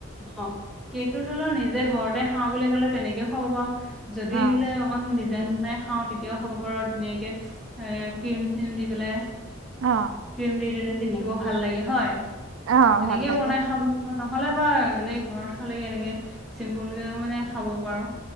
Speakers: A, in the centre; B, on the right (about 80°).
A: অ' কেক টো ধৰি ল নিজে ঘৰতে খাওঁ বুলি ক'লে তেনেকেও খাব পাৰ যদি
B: অ
A: বোলে অকণ দিজাইন বনাই খাওঁ তেতিয়াও খাব পাৰ ধুনীয়াকে এ ক্ৰীম চিম দি পেলাই।
B: অ
A: ক্ৰিম দি দিলে দেখিব ভাল লাগে হয়।
B: অ
A: তেনেকেও
B: ভাল লাগে
A: বনাই নহ'লে বা এনেই ঘৰত খালেগে এনেকে চিম্পুল কেও মানে খাব পাৰ।